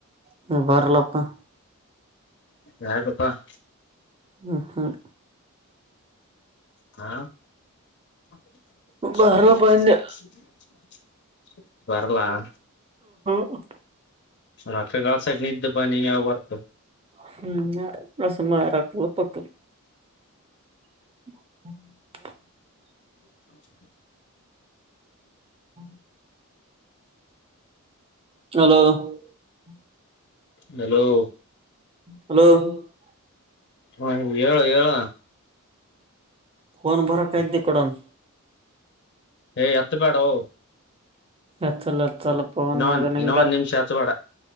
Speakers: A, on the right; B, on the left.
A: ಹ್ಮ ಬರಲಪ್ಪ <unintelligible>
B: ಯಾಗಪ್ಪಾ <unintelligible>
A: ಹ್ಮ ಹಾ <unintelligible>
B: ಹಾ <unintelligible>
A: ಬರ್ಲಪ್ಪ ಅಂದೆ
B: ಬರಲಾ <unintelligible>
A: ಹ್ಹ್ <unintelligible>
B: ರಾತ್ ಕಾಸ ನಿದ್ದ ಬ ನೀ ಯಾವ ಬರ್ತ <unintelligible>
A: ಹ್ಮ್ ಸುಮ್ಮ ಯರಕ್ಕಳ ಪಕ್ಕ <unintelligible> ಹ <unintelligible>
B: ಹ <unintelligible>
A: ಹ್ಮ <unintelligible> ಹಲೋ <unintelligible>
B: ಹಲೋ <unintelligible>
A: ಹಲೋ <unintelligible>
B: ಹ ಏಳು ಏಳು <unintelligible>
A: ಫೋನ್ ಭರ ಕಾಯ್ದ ಕಡನ್ <unintelligible>
B: ಏ ಅತ್ತಪಾಡ <unintelligible>
A: ಎತ್ತಲ್ಲ ಎತ್ತಲ್ಲ ಪನ್ನಾಗ
B: ಒಂದ್
A: ನಿಂಗ
B: ಇನ್ನೊ ಒಂದ್ ನಿಮಿಷ ಹತ್ ಬೇಡ